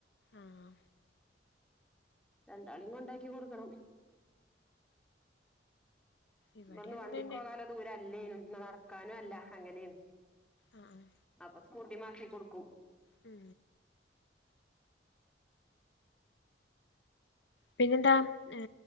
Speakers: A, on the left (about 80°); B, in the centre.
A: ആഹ്
B: രണ്ടാളീം കൊണ്ടാക്കി കൊട്ക്കണം.
A: ഇവിടേം
B: ന്നാ
A: അങ്ങനെന്നെ
B: വണ്ടിക്ക് പോകാല്ല ദൂരല്ലേനും ന്നാ നടക്കാനുല്ല അങ്ങനേണ്
A: ആഹ് ആഹ്
B: അപ്പ സ്കൂട്ടിമ്മെ ആക്കി കൊടുക്കും.
A: മ് പിന്നെന്താ ഏ